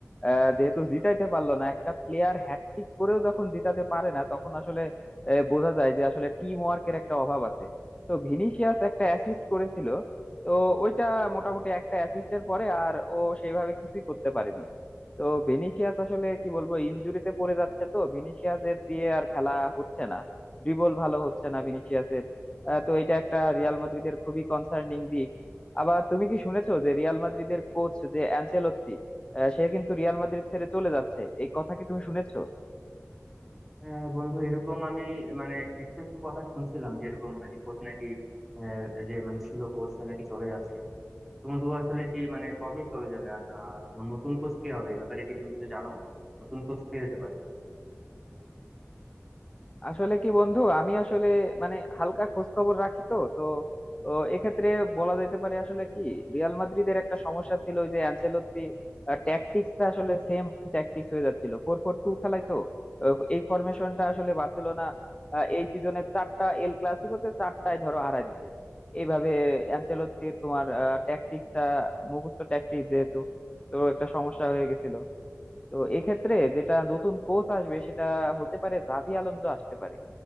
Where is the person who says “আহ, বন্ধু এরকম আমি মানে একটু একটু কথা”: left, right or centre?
Centre